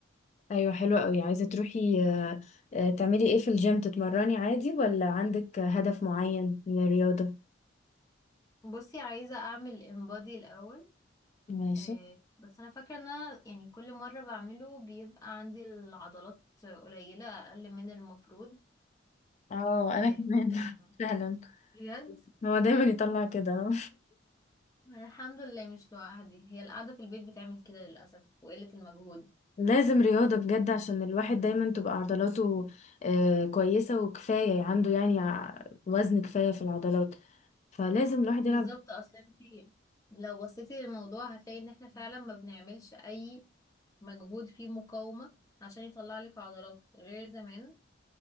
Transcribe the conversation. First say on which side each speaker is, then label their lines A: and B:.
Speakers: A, on the left (about 35°); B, on the left (about 20°).
A: ايوه حلوه قوي عايزه تروحي آه، آه، تعملي ايه في الجيم تتمرني عادي ولا عندك هدف معين من الرياضه
B: بصي عايزة اعمل انبادي الاول
A: ماشي
B: آه، بس انا فاكره ان انا يعني كل مره بعمله بيبقى عندي العضلات قليله اقل من المفروض
A: اه
B: آه،
A: انا كمان
B: آه،
A: <laughs> سهلا
B: بجد
A: هو دايما يطلع كده
B: الحمد لله مش لوحدي هي القعده في البيت بتعمل كده للاسف وقله المجهود
A: <laughs> لازم رياضة بجد عشان الواحد دايما تبقى عضلاته آه، كويسة وكفاية عنده يعني ع- وزن كفاية في العضلات فلازم الواحد
B: بالظبط
A: يلعب
B: اصلا انت لو بصيتي للموضوع هتلاقي ان احنا فعلا ما بنعملش اي مجهود فيه مقاومه عشان يطلع لك عضلات غير زمان